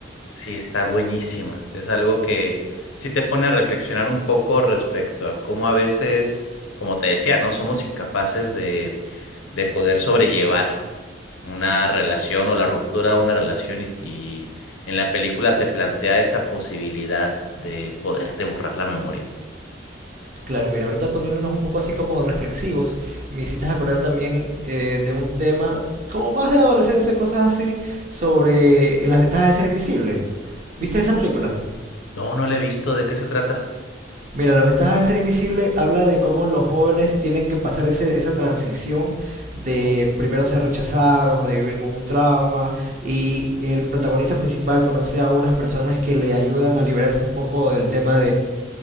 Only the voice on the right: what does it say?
Claro, mira, ahorita poniéndonos un poco así como reflexivos, me hiciste acordar también eh, de un tema como más de adolescencia, cosas así, sobre las ventajas de ser invisible. ¿Viste esa película?
Mira, las ventajas de ser invisible habla de cómo los jóvenes tienen que pasar ese- esa transición de primero ser rechazados o de vivir con un trauma y el protagonista principal conoce a unas personas que le ayudan a liberarse un poco del tema